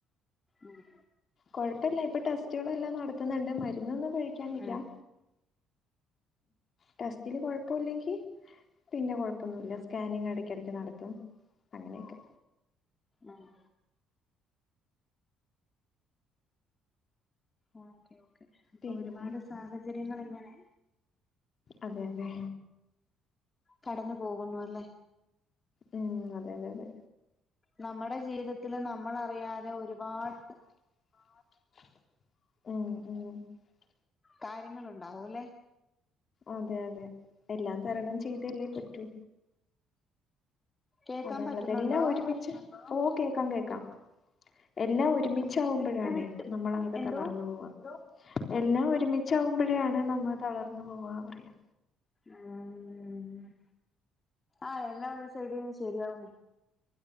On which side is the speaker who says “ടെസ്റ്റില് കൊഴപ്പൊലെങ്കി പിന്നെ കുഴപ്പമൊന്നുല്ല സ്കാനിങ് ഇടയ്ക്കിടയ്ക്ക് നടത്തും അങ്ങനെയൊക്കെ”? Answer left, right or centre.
Left